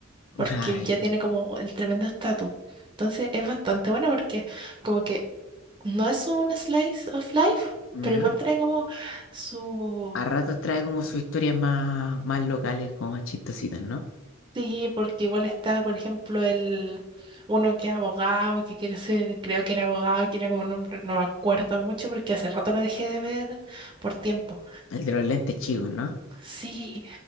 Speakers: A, on the right (about 20°); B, on the left (about 65°).
A: porque
B: Ah,
A: él
B: ya.
A: ya tiene como el tremendo estatus. Entonces es bastante bueno porque como que no es un slice of life,
B: Ya.
A: pero igual trae como su
B: A ratos trae como sus historias más, más locales, como más chistositas, ¿no?
A: Sí, porque igual está, por ejemplo, el uno que es abogado, que quiere ser, creo que era abogado, que era como un nombre, no me acuerdo mucho porque hace rato lo dejé de ver por tiempo.
B: El de los lentes chicos, ¿no?
A: Sí,